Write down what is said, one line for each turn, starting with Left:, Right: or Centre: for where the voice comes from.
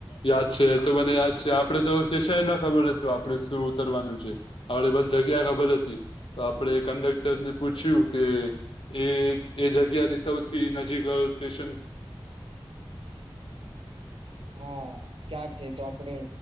Left: યાદ છે એ તો મને યાદ છે આપણે તો દેશા એ ના ખબર હતું આપણે શું ઉતરવાનું છે આપણે બસ જગ્યા ખબર હતી તો આપણે કંડક્ટર ને પૂછ્યું કે. એ એ જગ્યાથી સૌથી નજીક સ્ટેશન.
Right: હા. ક્યાં છે તો આપડે